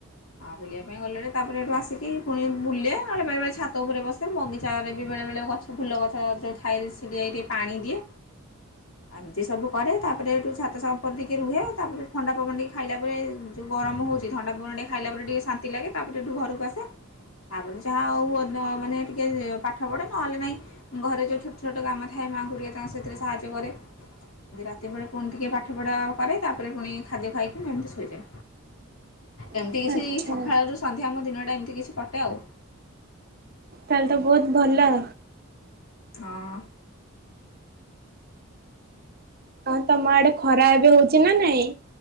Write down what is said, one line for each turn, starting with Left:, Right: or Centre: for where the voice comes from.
Left: ବୁଲିବା ପାଇଁ ଗଲେ ତାପରେ ଏଠୁ ଆସିକି। ପୁଣି ବୁଲେ ନହେଲେ ବେଳେବେଳେ ଛାତ ଉପରେ ବସେ ବଗିଚାରେ ବି ବେଳେବେଳେ ଗଛ ଫୁଲ ଗଛ ଯୋଉ ଥାଏ ସେଠି ଯାଇ ଟିକିଏ ପାଣି ଦିଏ ଏମିତି ସବୁ କରେ ତାପରେ ଏଠୁ ଛାତଉପରେ ଟିକେ ରୁହେ ତାପରେ ଥଣ୍ଡା ପବନ ଟିକେ ଖାଇଲା ପରେ ଯୋଉ ଗରମ ହେଉଛି ଥଣ୍ଡା ପବନ ଟିକେ ଖାଇଲା ପରେ ଟିକେ ଶାନ୍ତି ଲାଗେ ତାପରେ ଏଠୁ ଘରକୁ ଆସେ। ତାପରେ ଯାହା ହୋଉ ମାନେ ଟିକେ ପାଠ ପଢ଼େ ନହେଲେ ନାହିଁ ଘରେ ଯୋଉ ଛୋଟ ଛୋଟ କାମ ଥାଏ ମାଆଙ୍କୁ ଟିକେ ତାଙ୍କ ସେଥିରେ ସାହାଯ୍ୟ କରେ ଏମିତି ରାତି ବଳେ ପୁଣି ଟିକେ ପାଠ ପଢ଼ା କରେ ତାପରେ ପୁଣି ଖାଦ୍ୟ ଖାଇକି ମୁଁ ଏମିତି ଶୋଇଯାଏ। ଏମିତି
Right: ଆଚ୍ଛା।
Left: କିଛି ସକାଳ ରୁ ସନ୍ଧ୍ୟା ଆମ ଦିନ। ଏମିତି କିଛି। କଟେ ଆଉ।
Right: ତାହେଲେ ତ ବହୁତ ଭଲ।
Left: ହଁ।
Right: ହଁ ତମ ଆଡେ ଖରା ଏବେ ହଉଛି ନା ନାଇଁ।